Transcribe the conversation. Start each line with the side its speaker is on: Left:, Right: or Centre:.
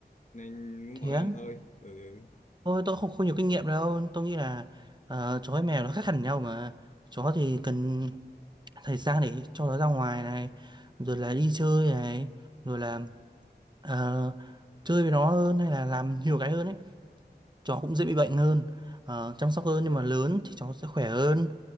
Left: nên muốn
Right: thế
Left: hỏi
Right: á?
Left: ông thôi ừ ừ.
Right: tôi tôi không không nhiều kinh nghiệm đâu tôi nghĩ là ờ, chó với mèo nó khác hẳn nhau mà chó thì cần thời gian để cho nó ra ngoài này rồi là đi chơi này rồi là ờ, chơi với nó hơn hay là làm nhiều cái hơn ấy chó cũng dễ bị bệnh hơn ờ, chăm sóc hơn nhưng mà lớn thì chó sẽ khỏe hơn